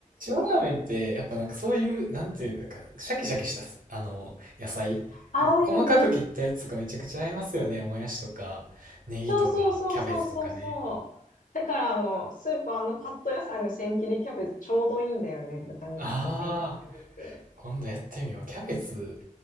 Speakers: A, on the right; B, on the left.
A: ラーメンって、やっぱなんかそういう、なんていうんだか、シャキシャキした、あの、野菜。
B: 合うよね。
A: なんか細かく切ったやつとかめちゃくちゃ合いますよね。もやしとか、ネギとか、
B: そうそうそうそうそうそう。
A: キャベツとかね。
B: だからあの、スーパーのカット野菜の千切りキャベツちょうどいいんだよね。豚肉と千切りキャベツ。
A: ああ。今度やってみよう。キャベツ、